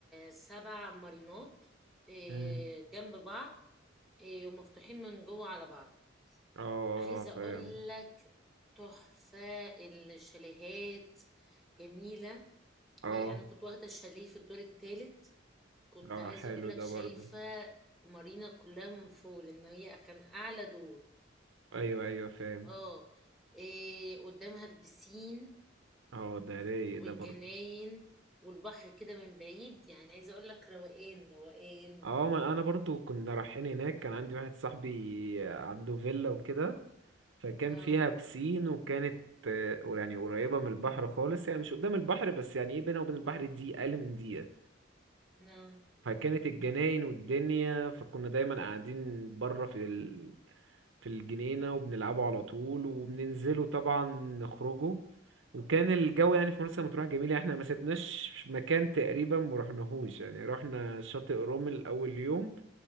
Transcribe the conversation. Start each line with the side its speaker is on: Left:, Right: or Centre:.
Centre: سبع مارينات إيه،
Right: مم.
Centre: جنب بعض إيه، ومفتوحين من جوه على بعض
Right: اه اه
Centre: عايزة اقول
Right: فاهم
Centre: لك تحفة الشاليهات جميلة
Right: اه
Centre: انا كنت واخدة الشاليه في الدور الثالث كنت
Right: اه
Centre: عايزة
Right: حلو
Centre: اقول لك
Right: ده
Centre: شايفة
Right: برضو
Centre: مارينا كلها من فوق لان هي كان اعلى دور
Right: ايوه ايوه فاهم
Centre: اه إيه قدامها البسين
Right: اه ده رايق
Centre: والجناين
Right: ده برضو
Centre: والبحر كده من بعيد يعني عايزة اقول لك روقان روقان
Right: اه ما انا برضو كنا رايحين هناك كان عندي واحد صاحبي عنده فيلا وكده فكان
Centre: نعم
Right: فيها بسين وكانت آه، يعني قريبة من البحر خالص يعني مش قدام البحر بس يعني ايه بينها وبين البحر دي اقل من دقيقة
Centre: نعم
Right: فكانت الجناين والدنيا فكنا دايما قاعدين بره في ال... في الجنينة وبنلعبوا على طول وبننزلوا طبعا نخرجوا وكان الجو يعني في مرسى مطروح جميل يعني احنا ما سيبناش مكان تقريبا ما رحناهوش يعني رحنا شاطئ رومل اول يوم